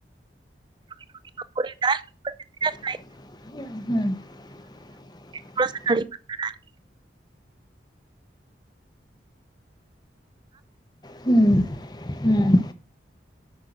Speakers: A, on the right (about 25°); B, on the left (about 20°).
A: <unintelligible>
B: <unintelligible>
A: تھوڑا سا کڑی پتہ ڈال کے
B: ہم ہم